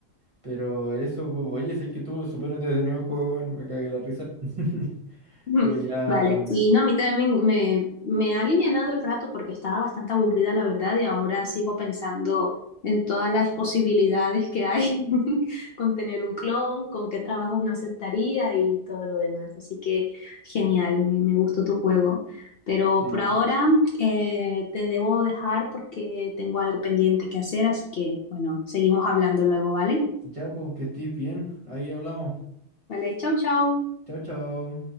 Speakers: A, on the right; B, on the left.
A: Pero eso, pues, oye, sé que estuvo súper entretenido el juego, weón, me cagué la risa. <laughs>
B: <laughs> Ujú.
A: Pero ya,
B: Vale, y no, a mí también me, me me ha alivianado el rato porque estaba bastante aburrida, la verdad, y ahora sigo pensando en todas las posibilidades que hay <laughs> con tener un clon, con qué trabajos no aceptaría y todo lo demás. Así que genial, me, me gustó tu juego. Pero
A: sí,
B: por ahora eh, te debo dejar porque tengo algo pendiente que hacer, así que bueno, seguimos hablando luego, ¿vale?
A: ya, pues, que estés bien. Ahí hablamos.
B: Vale, chau, chau.
A: Chao, chao.